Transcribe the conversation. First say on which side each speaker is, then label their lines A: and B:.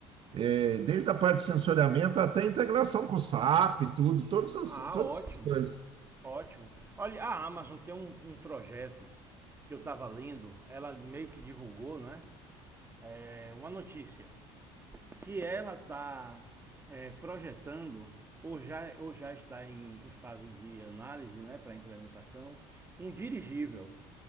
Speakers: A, on the right; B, on the right.
A: É, desde a parte de sensoriamento até a integração com o SAP, tudo, todas essas,
B: Ah,
A: todas
B: ótimo,
A: essas coisas.
B: ótimo. Olha, a Amazon tem um, um projeto que eu tava lendo, ela meio que divulgou, né? É, uma notícia que ela tá é, projetando ou já, ou já está em, em fase de análise, né, para implementação, um dirigível,